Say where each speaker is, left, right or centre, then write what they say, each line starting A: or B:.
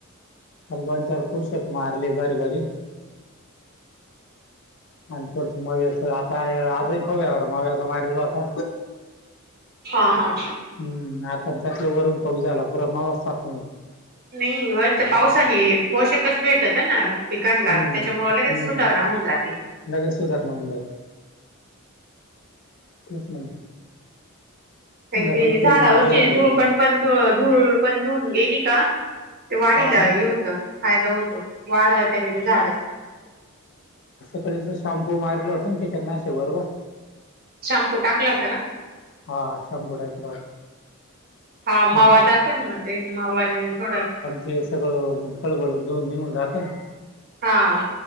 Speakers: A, on the left (about 55°); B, on the right (about 45°).
A: आणि दोन चार पुषक मारले बर बारी आणि थोडीसं मवी <unintelligible> होव्यावर <unintelligible> मारलेला होता.
B: हा हा.
A: हम्म आता त्यातल वरून पाऊस झाला पुरा माला साप
B: नाइ वरच्या पावसाने पोषकच भेटत ना. पिकांला
A: हम्म
B: त्याच्यामुळं लगेच
A: हम्म
B: सुधारणा होऊन जाते.
A: लगेच सुधारणा होऊन जाते तेच म्हण
B: कारण की
A: पैकी
B: झाडावरची
A: जळून जाईल
B: धुळकण पण धुळपण धुवून गेली का? ते वाढिला
A: हा ना
B: हे होतं फायदा होतो वाढला त्यानं की झाड
A: <unintelligible> शाम्पू मारलं होत ना कीटकनाशक बरोबर
B: शाम्पू टाकला होता का?
A: हा <unintelligible>
B: <inaudible>
A: <unintelligible>
B: जातो ना मग ते मावा थोडं
A: ते सगळं खळबळून धून ने हुन घात <inaudible>
B: हा आ.